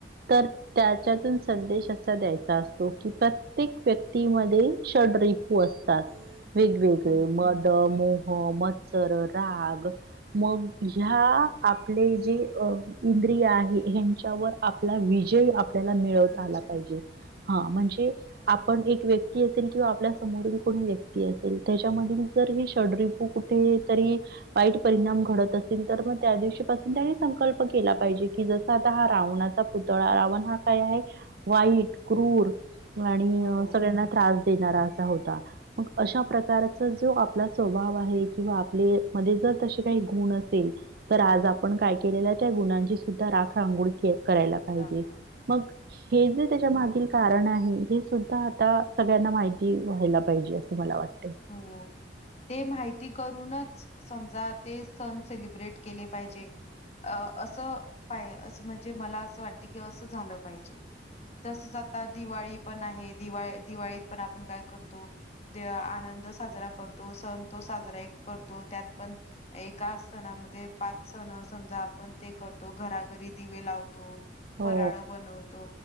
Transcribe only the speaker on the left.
हम्म
विजय
हो
राम राम
बरोबर
हो ते माहिती करूनच समजा ते सण सेलिब्रेट केले पाहिजे. अ असं पा अस म्हणजे मला असं वाटते की असं झालं पाहिजे. तसच आता दिवाळी पण आहे दिवा दिवाळीत पण आपण काय करतो आनंद साजरा करतो सण तो साजरा करतो त्यात पण एका सणामध्ये पाच सण समजा आपण ते करतो घरा घरी दिवे लावतो
फराळ बनवतो.